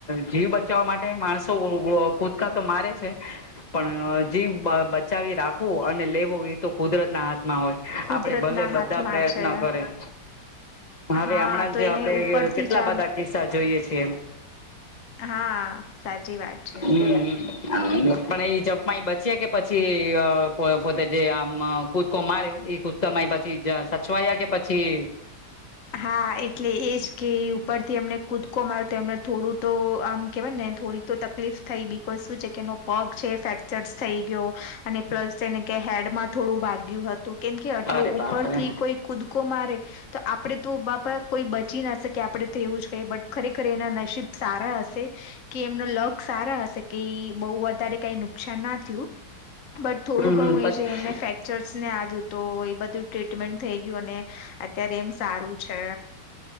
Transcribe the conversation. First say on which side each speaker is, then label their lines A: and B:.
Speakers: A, on the left; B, on the left.
A: જીવ બચાવવા માટે માણસો કૂદકા તો મારે છે પણ જી બચાવી રાખવો અને લેવો એ તો કુદરત ના હાથમાં હોય
B: કુદરત
A: આપડે ભલે
B: ના
A: બધા
B: હાથમાં
A: પ્રયત્
B: છે
A: કરે હવે
B: હા
A: હમણાં
B: તો
A: જ આપડે
B: એને ઉપરથી
A: કેટલા
B: જ
A: બધા
B: આમ
A: પસાા જોઈએ છીએ એમ
B: હા સાચી વાત છે
A: હમ પણ એ ચપાઈ બચ્યા કે પછી પોતે જે આમ કૂદકો માર્યો એ ક પછી સચવાયા કે પછી
B: હા એટલે એજ કે ઉપરથી અમને કૂદકો માર તો એમને થોડું તો આમ કેહેવાય ને થોડી તો તકલીફ થઈ બી કોઈ શું છે કે પગ છે ફેક્ચર થઈ ગયો અને પ્લસ તેને ક હેડમાં થોડું વાગ્યું હતું કેમ કે આટલું
A: અરે બાપરે
B: ઉપરથી કોઈ કુદકો મારે તો આપડે તો બાપા કોઈ બચી ના શકે આપણેે તો એવું જ કહીએ બટ ખરેખર એના નસીીબ સારા હશે કે એમનો લગ સારા હશે કે બહુ વધારે કઈ નુકસાન ના થયું બટ થોડું
A: હમ
B: ઘણું
A: હમ પછી
B: એ છે એમને ફેક્ચર્સ ને આવ્યું તો એ બધું ટ્રીટમેન્ટ થઈ ગયું અને અત્યારે એમ સારું છે